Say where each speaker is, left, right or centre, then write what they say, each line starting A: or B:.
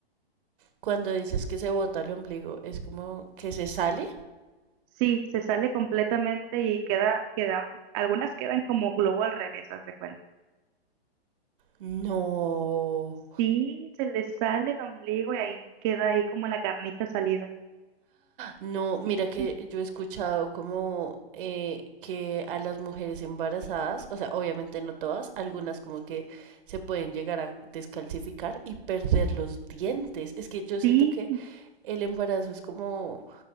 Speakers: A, on the right (about 55°); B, on the right (about 30°).
A: Cuando dices que se bota el ombligo, ¿es como que se sale?
B: Sí, se sale completamente y queda, queda, algunas quedan como globo al revés, haz de cuenta.
A: No.
B: Sí, se le sale el ombligo y ahí queda ahí como la carnita salida.
A: No, mira
B: Sí,
A: que yo he escuchado como eh, que a las mujeres embarazadas, o sea, obviamente no todas, algunas como que se pueden llegar a descalcificar y perder los dientes. Es que yo siento
B: sí,
A: que el embarazo es como,